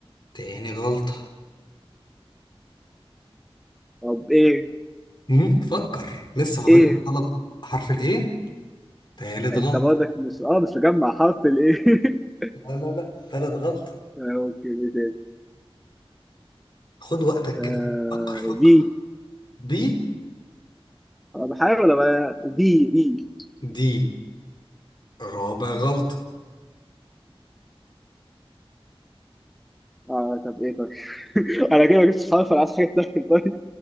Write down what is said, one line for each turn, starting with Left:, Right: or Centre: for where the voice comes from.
Left: تاني غلطة
Centre: طب ايه
Left: مم. فكر لسه فاضل
Centre: ايه
Left: لك غلط حرف الايه تالت
Centre: انت
Left: غلطة
Centre: برضك مش اه مش مجمع حرف الايه <laughs>
Left: لا لا لا تالت غلطة
Centre: آه، ممكن ايه تاني
Left: خد وقتك
Centre: آه
Left: كده فكر فكر
Centre: في
Left: بي
Centre: انا بحاول ابقى في في
Left: دي رابع غلطة
Centre: اه طب ايه طيب <laughs> انا كده ما جبتش خالص انا عايز حاجه تسهل <laughs> طيب